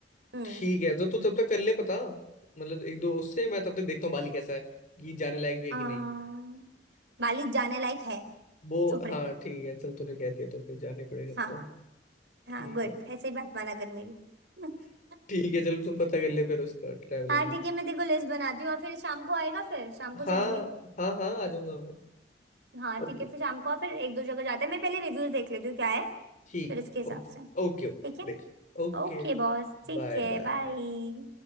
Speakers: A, on the right; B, on the left.
A: हम्म
B: ठीक है तो तू तब तक कर ले पता मतलब एक दो उससे मैं तब तक देखता हूँ बाली कैसा है कि जाने लायक भी है
A: अम्म,
B: कि नहीं
A: मालिक जाने लायक है
B: वो
A: चुप रहे
B: हाँ ठीक है चल तूने कह दिया तो फिर जाने पड़ेगा अब
A: हाँ
B: तो
A: हाँ
B: ठीक
A: गुड
B: है
A: ऐसे ही बात माना कर मेरी <laughs>
B: ठीक है चलो तू पता कर ले फिर उसका ट्रैवल
A: हाँ
B: एजेंट
A: ठीक है मैं तेरे को लिस्ट बनाती हूँ और फिर शाम को आएगा फिर शाम को
B: हाँ
A: चलेंगे
B: हाँ हाँ आ जाऊंगा मैं
A: हाँ
B: ओके
A: ठीक है फिर शाम को और फिर एक दो जगह जाते हैं मैं पहले रिव्यूज देख लेती हूँ क्या है
B: ठीक
A: फिर उसके हिसाब
B: Okay
A: से
B: okay
A: ठीक
B: okay
A: है
B: देख ओके
A: ओके बॉस ठीक
B: बाय
A: है
B: बाय
A: बाय